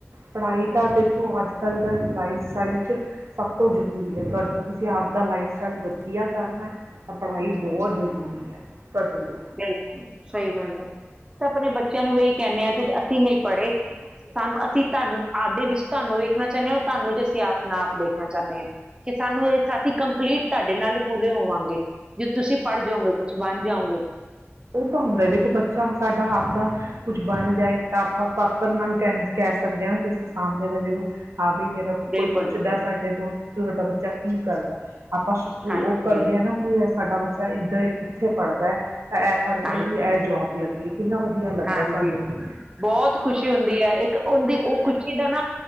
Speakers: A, on the right; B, on the right.
A: ਪੜ੍ਹਾਈ ਤਾਂ ਦੇਖੋ ਅੱਜ ਅੱਜ ਕੱਲ ਦਾ ਲਾਈਫ ਸਟਾਈਲ ਚ ਸਭ ਤੋਂ ਜ਼ਰੂਰੀ ਹੈ ਤੁ ਤੁਸੀਂ ਆਪਦਾ ਲਾਈਫ ਸਟਾਈਲ ਵਧੀਆ ਕਰਨਾ ਹੈ ਤਾਂ ਪੜ੍ਹਾਈ ਬਹੁਤ ਜ਼ਰੂਰੀ ਹੈ ਤੁਹਾਡੇ ਲਈ
B: ਬਿਲਕੁਲ ਸਹੀ ਗੱਲ ਹੈ ਅਸੀਂ ਤਾਂ ਆਪਣੇ ਬੱਚਿਆਂ ਨੂੰ ਇਹੀ ਕਹਿੰਦੇ ਹਾਂ ਕਿ ਅਸੀਂ ਨਹੀਂ ਪੜ੍ਹੇ ਸਾਨੂੰ ਅਸੀਂ ਧਨ ਆਦਿ ਵਿੱਚ ਤੁਹਾਨੂੰ ਵੇਖਣਾ ਚਾਹੁੰਦੇ ਹਾਂ ਔਰ ਤੁਹਾਨੂੰ ਚ ਅਸੀਂ ਆਪਣਾ ਆਪ ਦੇਖਣਾ ਚਾਹੁੰਦੇ ਹਾਂ ਕਿ ਸਾਨੂੰ ਅਸੀਂ ਕੰਪਲੀਟ ਤੁਹਾਡੇ ਨਾਲ ਹੀ ਪੂਰੇ ਹੋਵਾਂਗੇ ਜ ਤੁਸੀਂ ਪੜ੍ਹ ਜਾਓਗੇ ਕੁਛ ਬਣ ਜਾਓਗੇ
A: ਉਹ ਤਾਂ ਹੁੰਦਾ ਦੇਖੋ ਬੱਚਾ ਸਾਡਾ ਆਪਦਾ ਕੁਝ ਬਣ ਜਾਏ ਆਪਾਂ ਫਕਰ ਨਾਲ ਕਹਿੰਦੇ ਕਹਿ ਸਕਦੇ ਹਾਂ ਕਿਸੇ ਸਾਹਮਣੇ ਵਾਲੇ ਨੂੰ ਹਾਂ ਬਈ ਮੇਰਾ
B: ਬਿਲਕੁਲ
A: ਕੋਈ ਪੁੱਛਦਾ
B: ਜੀ ਬਿਲਕੁਲ
A: ਹੈ ਸਾਡੇ ਤੋਂ ਤੁਹਾਡਾ ਬੱਚਾ ਚੈੱਕਿੰਗ ਕਰਦਾ ਆਪਾਂ ਉਹ
B: ਹਾਂਜੀ
A: ਕਰਦੇ ਹ ਨਾ ਕਿ ਸਾਡਾ ਬੱਚਾ ਇਦਾਂ ਇੱਥੇ ਪੜ੍ਹਦਾ ਹੈ ਤਾਂ ਇਹ ਪੜ੍ਹ
B: ਹਾਂਜੀ
A: ਕੇ ਵੀ ਇਹ ਜੋਬ ਲੱਗੀ ਕਿੰਨਾ ਵਧੀਆ ਲੱਗਦਾ
B: ਹਾਂਜੀ,
A: ਸਾਨੂੰ ਵੀ
B: ਬਹੁਤ ਖੁਸ਼ੀ ਹੁੰਦੀ ਐ ਇੱਕ ਔਂਦੀ ਉਹ ਖੁਸ਼ੀ ਦਾ ਨਾਂ